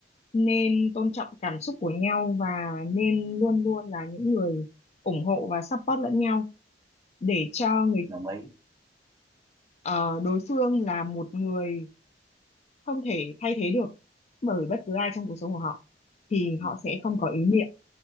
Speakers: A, on the left; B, on the right.
A: nên tôn trọng cảm xúc của nhau và nên luôn luôn là những người ủng hộ và support lẫn nhau để cho người
B: đồng ý
A: ờ, đối phương là một người không thể thay thế được bởi bất cứ ai trong cuộc sống của họ thì
B: ừ,
A: họ sẽ không có ý niệm